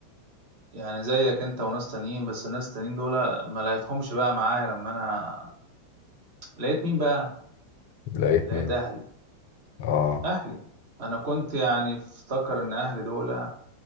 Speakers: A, on the right (about 50°); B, on the left (about 50°).
A: يعني زيك أنت وناس تانيين بس الناس التانيين دول ما لقيتهمش بقى معايا لما أنا لقيت مين بقى
B: لقيت
A: لقيت
B: مين
A: أهلي
B: اه
A: أهلي أنا كنت يعني افتكر إن أهلي دول